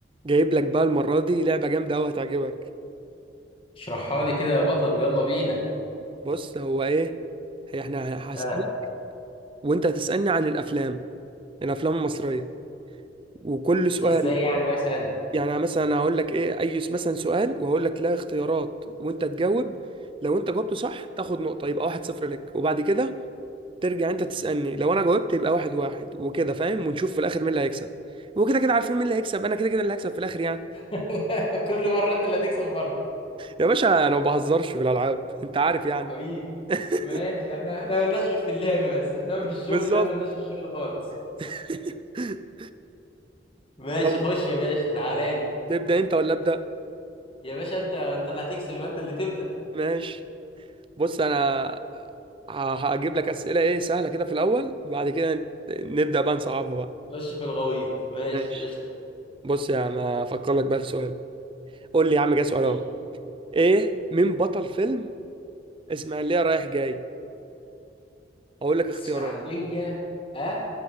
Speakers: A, on the right; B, on the left.
A: جايب لك بقى المرة دي لعبة جامدة أوي هتعجبك
B: اشرحها لي كده يا بطل ويلا بينا
A: بص هو إيه هي إحنا
B: اه
A: هسألك وأنت هتسألني عن الأفلام الأفلام المصرية وكل سؤال
B: ازاي يعني مثلا
A: يعني مثلا أنا هقول لك إيه أي س- مثلا سؤال وهقول لك لا اختيارات وأنت تجاوب لو أنت جاوبته صح تاخد نقطة يبقى واحد صفر لك وبعد كده ترجع أنت تسألني لو أنا جاوبت يبقى واحد واحد وكده فاهم ونشوف في الآخر مين اللي هيكسب وكده كده عارفين مين اللي هيكسب أنا كده كده اللي هكسب في الآخر يعني
B: <laughs> كل مرة انت اللي هتكسب برضه
A: يا باشا أنا ما بهزرش في الألعاب أنت عارف يعني
B: حبيبي
A: <laughs>
B: ماشي احنا احنا ملناش غير في اللعب بس انما في الشغل
A: بالظبط
B: لا ملناش في الشغل خالص
A: <laughs>
B: ماشي
A: يلا
B: خش يا باشا تعالى لي
A: تبدأ انت ولا ابدأ
B: يا باشا انت انت اللي هتكسب يبقى انت اللي تبدأ
A: ماشي بص انا ه- هجيب لك أسئلة ايه سهلة كده في الاول بعد كده ن- نبدأ بقى نصعبها بقى
B: خش في الغويط ماشي
A: ماشي
B: قشطة
A: بص يا عم هفكر لك بقى في سؤال قول لي يا عم جه سؤال
B: م.
A: اهو ايه مين بطل فيلم اسماعيلية رايح جاي هقول لك اختيارات
B: اسماعيلية اه